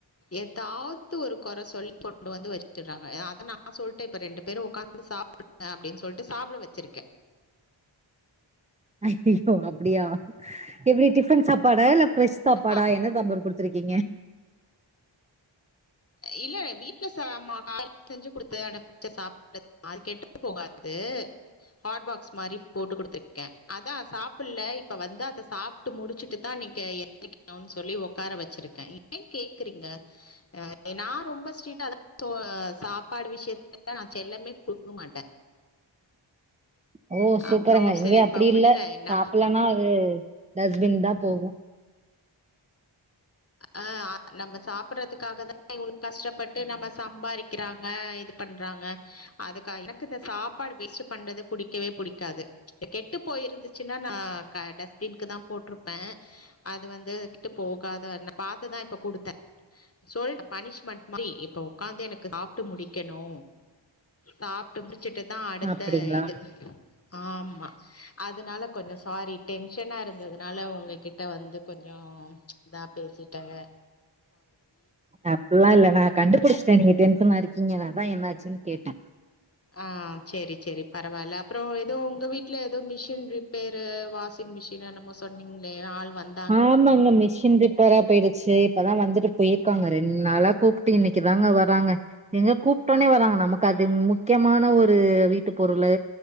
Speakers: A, on the left; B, on the right.
A: ஏதாவது ஒரு கொற சொல்லி கொண்டு வந்து வச்சிட்றாங்க அதா நா சொல்ட்டே இப்ப ரெண்டு பேரூ ஒக்காந்து சாப்டு ங்க அப்டின் சொல்ட்டு சாப்ட வச்சிர்க்கே
B: ஐயயோ அப்டியா எப்டி டிஃபன் சாப்பாடா இல்ல ப்ரெஷ் சாப்பாடா
A: அ
B: என்ன சாப்பாடு குடுத் த்ருக்கீங்க
A: இல்ல வீட்ல ச காலயில செஞ்சு குடுத்த அனுப்ச்ச சாப்டு அது கெட்டு போகாது ஹாட்பாக்ஸ் மாரி போட்டு குடுத்துர்க்கே அதா சாப்டல இப்ப வந்து அத சாப் ட்டு முடிச்சுட்டு தா நீங்க எந்திரிக்கணு சொல்லி ஒக்கார வச்சிருக்கே ஏ கேக்குறீங்க அ நா ரொம்ப ஸ்ட்ரிட்டா தா தொ சாப்பாடு விஷயத்லலா நா செல்லமே குடுக்க மாட்டே
B: ஓ சூப்பருங்க
A: அப்புறம்
B: இங்க
A: சரி
B: அப்டி
A: இப்ப
B: இல்ல
A: விடுங்க என்ன
B: சாப்ட்லனா அது டஸ்ட்பின் தா போகு
A: அ நம்ம சாப்ட்றதுக்காக தானே இவ்ளோ கஷ்டப்பட்டு நம்ம சம்பாரிக்கிறாங்க இது பண்றாங்க அதுக்கா எனக்கு இந்த சாப்பாடு வேஸ்ட் பண்றது புடிக்கவே புடிக்காது கெட்டு போயிருந்துச்சுன்னா நா டஸ்பினுக்கு தா போட்ரு ப்பே அது வந்து கெட்டு போகாதா ந பாத்துதா இப்ப குடுத்தே சொல்ட்ட பனிஷ்மென்ட் மாரி இப்ப ஒக்காந்து எனக்கு சாப்ட்டு முடிக்கனு சாப்ட்டு முடிச்சுட்டுதா அடுத்த
B: அப்டிங்களா
A: இது ஆம்மா அதனால கொஞ்சோ சாரி டென்ஷனா இருந்ததுனால ஒங்ககிட்ட வந்து கொஞ்சோ இதா பேசிட்டேங்க
B: அப்பில்லா இல்ல நா கண்டுபுடிச்சிட்டே நீங்க டென்சனா இருக்கீங்கனு அதா என்னாச்சின்னு கேட்டே
A: ஆ செரி செரி பரவால்ல அப்பறோ எதோ உங்க வீட்ல எதோ machine repair washing machine என்னமோ சொன்னீங்ளே ஆள் வந்
B: ஆமாங்க மிஷின் ரிப் ரிப்பேரா போயிடுச்சி இப்பதா வந்துட்டு போயிருக்காங்க ரெண்ட் நாளா கூப்ட்டு இன்னிக்குதாங்க வராங்க எங்க கூப்ட்டோனே
A: ஆ
B: வராங்க நமக்கு அது முக்கியமான ஒரு வீட்டு பொருளு